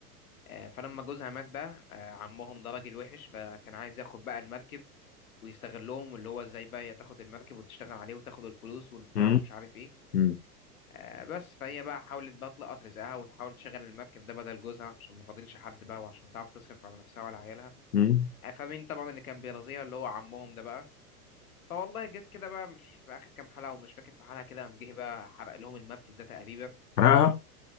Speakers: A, on the left; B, on the left.
A: آه فلما جوزها مات بقى آه عمهم ده راجل وحش فكان عايز ياخد بقى المركب ويستغلهم واللي هو ازاي بقى هي تاخد المركب وتشتغل عليه وتاخد الفلوس والبتاع
B: امم
A: ومش عارف ايه
B: امم
A: آه بس فهي بقى حاولت بقى تلقط رزقها وتحاول تشغل المركب ده بدل جوزها عشان ما فاضلش حد بقى وعشان تعرف تصرف على نفسها وعلى عيالها
B: امم
A: فمين طبعا اللي كان بيرازيها اللي هو عمهم ده بقى فوالله جت كده بقى مش في اخر كام حلقه ومش فاكر في حلقه كده قام جه بقى حرق لهم المركب ده تقريبا
B: حرقها